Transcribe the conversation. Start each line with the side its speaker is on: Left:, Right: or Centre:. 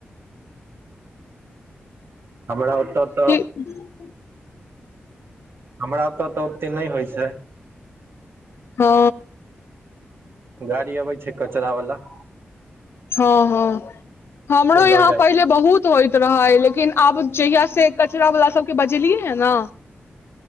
Right: हमरा ओतऽ तऽ
Left: ह
Right: हमरा ओत तऽ ओते नहि होइ छै
Left: हँ
Right: गाड़ी अबै छै कचरा वाला
Left: हँ हँ हमरो
Right: ओ
Left: यहाँ
Right: लऽ जाइ
Left: पहिले बहुत होइत रहै लेकिन आब जहिया से कचरा बला सबके बजेलियै है ना